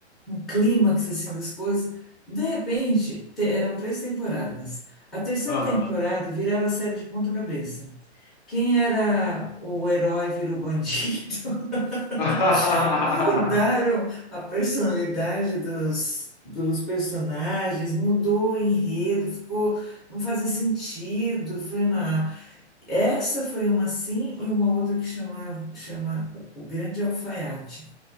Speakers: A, in the centre; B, on the left.
A: um clímax, assim, das coisas. De repente, te- eram três temporadas. A terceira
B: Aham.
A: temporada viraram a série de ponta cabeça. Quem era o herói virou bandido.
B: <laughs>
A: <laughs> Mudaram
B: Ah,
A: a personalidade dos, dos personagens, mudou o enredo, ficou, não fazia sentido. Foi essa foi uma assim e uma outra que chama, chama O Grande Alfaiate.